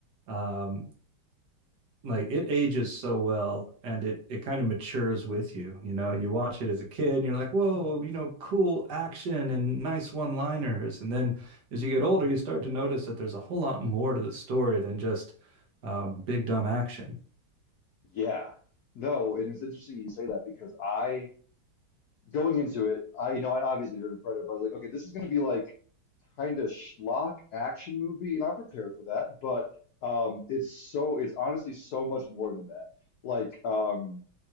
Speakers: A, on the right; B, on the left.
A: um, like it ages so well and it it kind of matures with you. You know, you watch it as a kid and you're like, whoa, you know, cool action and nice one-liners. And then as you get older, you start to notice that there's a whole lot more to the story than just um, big dumb action.
B: Yeah. No, and it's interesting you say that because I going into it, I you know I obviously heard of Predator, but I was like, okay, this is going to be like kind of schlock action movie, and I'm prepared for that. But um, it's so it's honestly so much more than that. Like um,